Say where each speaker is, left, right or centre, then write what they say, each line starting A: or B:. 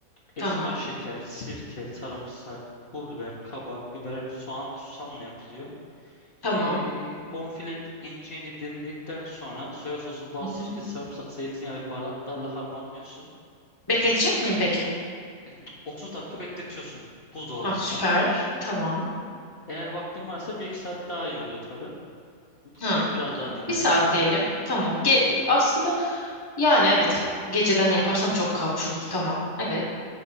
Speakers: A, on the left (about 45°); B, on the left (about 15°).
A: esmer
B: tamam,
A: şeker, sirke, sarımsak, pul biber, kabak, biber, soğan ve susamla yapılıyor.
B: tamam.
A: Ee, bonfile ince ince dilimledikten sonra soya sosu, bal,
B: Hı
A: sirke,
B: hı.
A: sarımsak, zeytinyağı ve baharatlarla harmanlıyorsun.
B: Bekletecek miyim peki?
A: Ee, 30 dakika bekletiyorsun buzdolabında.
B: Ha, süper. Tamam.
A: Eğer vaktin varsa bir iki saat daha iyi oluyor tabii.
B: Ha,
A: Et biraz
B: tamam.
A: daha dinlenmiş
B: Bir saat
A: oluyor.
B: diyelim. Tamam. Ge- aslında yani evet. Geceden yaparsam çok kalmış olur. Tamam. Evet.